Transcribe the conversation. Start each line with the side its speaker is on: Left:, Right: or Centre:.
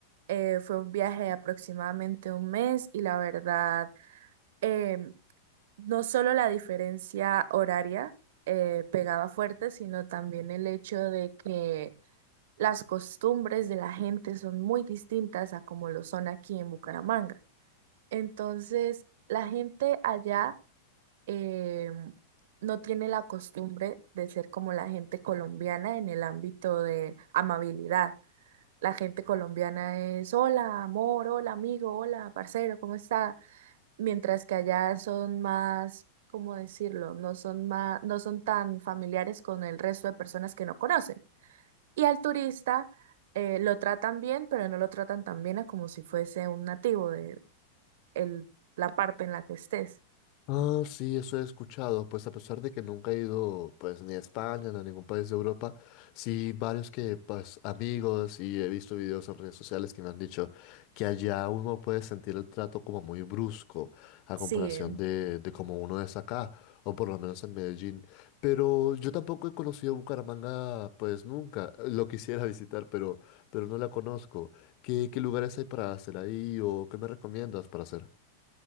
Right: Eh, fue un viaje de aproximadamente un mes y la verdad... em, no solo la diferencia horaria eh, pegaba fuerte, sino también el hecho de que las costumbres de la gente son muy distintas a como lo son aquí en Bucaramanga. Entonces, la gente allá eh, no tiene la costumbre de ser como la gente colombiana en el ámbito de amabilidad. La gente colombiana es hola, amor, hola, amigo, hola, parcero, ¿cómo está? mientras que allá son más, ¿cómo decirlo? No son más, no son tan familiares con el resto de personas que no conocen. Y al turista eh, lo tratan bien, pero no lo tratan tan bien a como si fuese un nativo de el- la parte en la que estés.
Left: Ah, sí, eso he escuchado. Pues a pesar de que nunca he ido, pues ni a España ni a ningún país de Europa, sí varios que, pues amigos y he visto videos en redes sociales que me han dicho que allá uno puede sentir el trato como muy brusco a
Right: Sí,
Left: comparación de, de como uno es acá, o por lo menos en Medellín. Pero yo tampoco he conocido Bucaramanga, pues nunca. <laughs> Lo quisiera visitar, pero, pero no la conozco. ¿Qué, qué lugares hay para hacer ahí o qué me recomiendas para hacer?